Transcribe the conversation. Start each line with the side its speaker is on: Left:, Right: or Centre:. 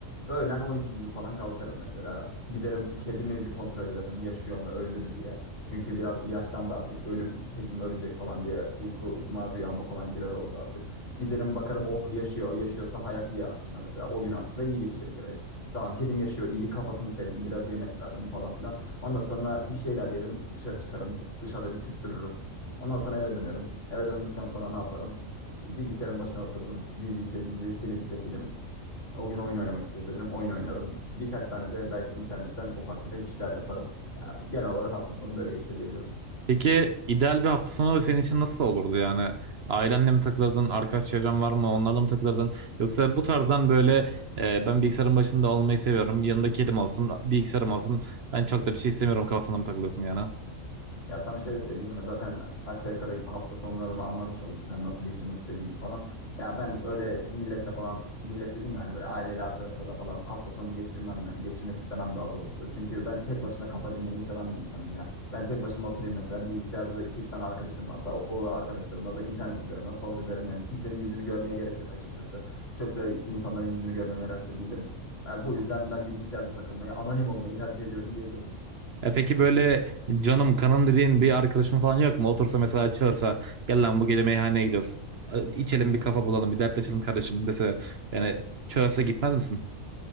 Left: Öğlen 12 gibi falan kalkarım mesela. Giderim kedimi bir kontrol ederim yaşıyor mu öldü mü diye. Çünkü biraz yaşlandı artık ölüm kedim ölecek falan diye uykuma rüyama falan girer oldu artık. Giderim bakarım oh yaşıyor yaşıyorsa hayat iyi aslında mesela o gün aslında iyi geçecek demek. Tamam kedim yaşıyor iyi kafasını sevdim biraz yemek verdim falan filan. Ondan sonra bir şeyler yerim dışarı çıkarım dışarıda bir tüttürürüm. Ondan sonra eve dönerim. Eve döndükten sonra ne yaparım? Bilgisayarın başına otururum. Dizi ise dizi, film ise film. O gün oyun oynamak istiyorsam oyun oynarım. Birkaç tane de belki internetten ufak tefek işler yaparım. Ya, genel olarak hafta sonu böyle geçiyor diyebilirim.
Right: Peki ideal bir hafta sonu senin için nasıl olurdu yani? Ailenle mi takılırdın, arkadaş çevren var mı, onlarla mı takılırdın? Yoksa bu tarzdan böyle e, ben bilgisayarın başında olmayı seviyorum, yanımda kedim olsun, bilgisayarım olsun, ben çok da bir şey istemiyorum kafasında mı takılıyorsun yani?
Left: Ya sana şöyle söyleyeyim. mi? Zaten aşağı yukarı hafta sonlarımı anlamış oldun. Sen nasıl geçirmek istediğimi falan. Ya ben öyle milletle falan, millet dediğim de hani böyle aileyle, arkadaşlarla falan hafta sonu geçirmem yani. Geçirmek istemem daha doğrusu. Çünkü ben tek başına kafa dinlemeyi seven bir insanım ya. Ben tek başıma oturayım mesela. Bilgisayarda da 2-3 tane arkadaşım varsa o, o arkadaşlarımla da internet üzerinden sohbet ederim yani. Kimsenin yüzünü görmeye gerek yok açıkçası. Çok da insanların yüzünü görmeye meraklı değilim. Ya bu yüzden ben bilgisayarda takılmayı, anonim olmayı tercih ediyorum diyebilirim.
Right: E peki böyle canım kanım dediğin bir arkadaşın falan yok mu? Otursa mesela çağırsa gel lan bu gece meyhaneye gidiyoruz. E, İçelim bir kafa bulalım, bir dertleşelim kardeşim dese yani çağırsa gitmez misin?